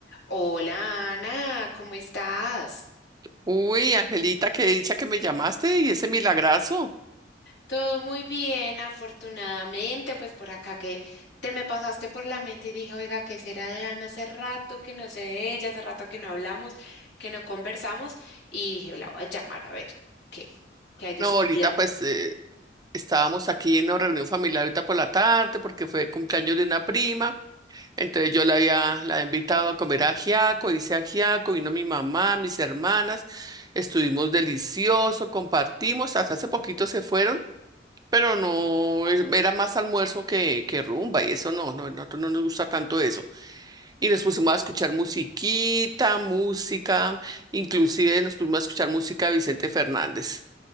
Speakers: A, on the left; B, on the right.
A: Hola Ana, ¿cómo estás?
B: Uy, Angelita, qué dicha que me llamaste y ese milagrazo.
A: Todo muy bien, afortunadamente, pues por acá que te me pasaste por la mente y dije, oiga, ¿qué será de Ana? Hace rato que no sé de ella, hace rato que no hablamos, que no conversamos y dije, la voy a llamar a ver qué, qué hay de
B: No,
A: su
B: ahorita
A: vida.
B: pues eh, estábamos aquí en una reunión familiar ahorita por la tarde porque fue cumpleaños de una prima. Entonces yo la había la he invitado a comer ajiaco, hice ajiaco, vino mi mamá, mis hermanas, estuvimos delicioso, compartimos, hasta hace poquito se fueron, pero no es- era más almuerzo que, que rumba y eso no, no, nosotros no nos gusta tanto eso. Y nos pusimos a escuchar musiquita, música, inclusive nos pusimos a escuchar música de Vicente Fernández.